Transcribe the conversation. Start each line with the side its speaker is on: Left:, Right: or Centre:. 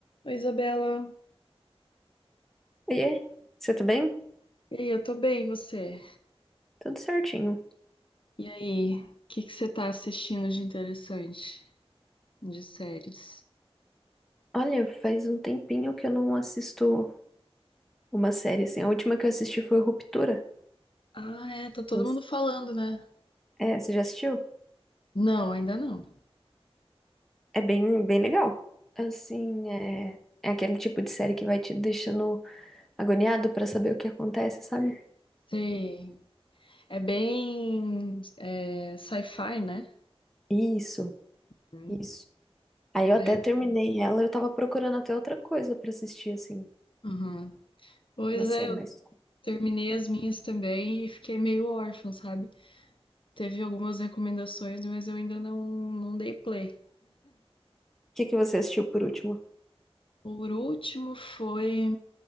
Left: Oi, Isabela.
Centre: Oiê, você tá bem?
Left: E aí, eu tô bem, e você?
Centre: Tudo certinho.
Left: E aí, o que que você tá assistindo de interessante, de séries?
Centre: Olha, faz um tempinho que eu não assisto uma série assim. A última que eu assisti foi Ruptura.
Left: Ah, é, tá todo
Centre: Nossa.
Left: mundo falando, né?
Centre: É, você já assistiu?
Left: Não, ainda não.
Centre: É bem, bem legal. Assim, é, é aquele tipo de série que vai te deixando agoniado pra saber o que acontece, sabe?
Left: Sei. É bem é, sci-fi, né?
Centre: Isso,
Left: Hum.
Centre: isso. Aí eu até
Left: Aí eu-
Centre: terminei ela, eu tava procurando até outra coisa pra assistir, assim,
Left: Uhum. Pois
Centre: uma série
Left: é, eu
Centre: mais. O
Left: terminei as minhas também e fiquei meio órfã, sabe? Teve algumas recomendações, mas eu ainda não, não dei play.
Centre: que que você assistiu por último?
Left: Por último foi